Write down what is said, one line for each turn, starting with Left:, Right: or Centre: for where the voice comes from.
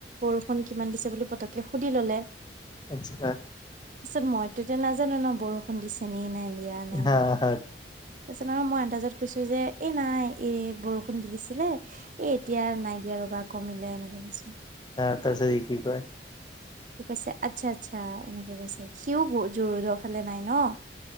Right: বৰষুণ কিমান দিছে বুলি পতককে সুধি ল'লে
Left: আচ্ছা।
Right: তাৰছত মইতো যে নাজানো ন, বৰষুণ দিছে নি নে দিয়া নাই।
Left: হা
Right: তাৰছত
Left: হা
Right: আৰু মই আন্দাজত কৈছোঁ যে এই নাই এই বৰষুণ দিছিলে এ এতিয়া আৰু নাই দিয়া ৰ'বা কমিলে এনেকে কৈছোঁ।
Left: আ, তাৰপিছত ই কি কয়?
Right: কি কৈছে আচ্ছা -আচ্ছা এনেকে কৈছে সিও জু- ৰোডৰ ফালে নাই ন'।